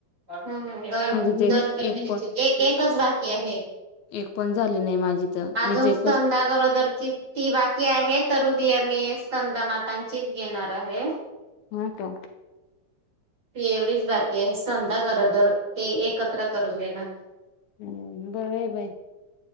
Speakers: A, on the right; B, on the left.
A: ह दोन
B: माझी ते
A: दोन
B: एक पण
A: एक एकच बाकी आहे
B: एक पण झाली नाही माझी तर
A: अजून
B: मी तर
A: संधा
B: एकच
A: गरोदरची ती बाकी आहे तरुदया मी संदा मातांचीच घेणार आहे
B: हा का
A: एवढीच बाकी आहे संध्या खरं तरर ते एकत्र करून देणार
B: ह बर बय